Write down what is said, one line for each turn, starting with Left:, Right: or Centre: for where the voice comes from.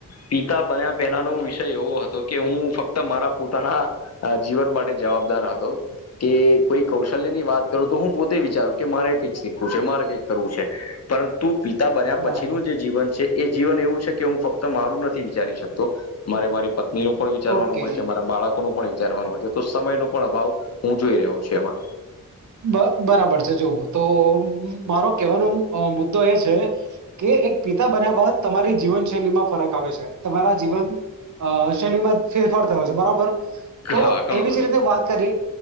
Left: પિતા બન્યા પહેલા ન વિષય એવો હતો કે હું ફક્ત મારા પોતાના જીવન માટે જવાબદાર હતો કે કોઈ કૌશલ્ય ની વાત કરું તો હું પોતે વિચારું કે મારે કઈક શીખવું છે મારે કઈક કરવું છે પરંતુ પિતા બન પછીનું
Right: બરાબર
Left: જે જીવન છે એ જીવન એવું છે કે હું ફક્ત મારું નથી વિચારી શકતો મારે મારી પ એનું પણ વિચારવાનું
Right: ઓકે
Left: હોય છે મારા બાળક ન પણ વિચારવાનું હય તો સમય ન પણ અભાવ હું જોઈ રહ્યો છું એમાં.
Right: બ બરાબર છે જુવઓ તો મારો કેહેવાનો મુદ્દો એ છે કે એક પિતા બન્યા બાદ તમારી જીવન શૈલીમાં ફરક આવે છે તમારા જીવન શૈલીમાં ફેરફાર થયો છે બરાબર. તો
Left: હા ઘણો
Right: એવી
Left: બધો
Right: જ રીતે વાત કરી